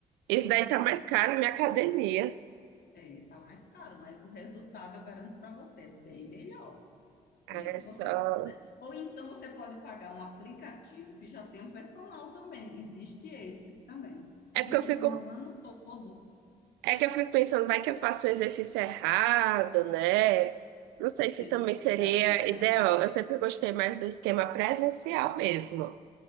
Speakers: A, on the right; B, on the left.
A: Isso
B: Vixe,
A: daí tá mais caro, minha academia.
B: é, tá mais caro, mas o resultado eu garanto para você, é bem melhor,
A: É
B: né? Que
A: só.
B: você é, ou então você pode pagar um aplicativo que já tem o personal também. Existe esses também, que
A: É
B: funciona
A: porque eu fico
B: o ano todo,
A: É que eu fico pensando, vai que eu faço o exercício errado, né? Não sei se
B: vendo
A: também
B: do aplicativo,
A: seria ideal.
B: né?
A: Eu sempre gostei mais do esquema presencial mesmo.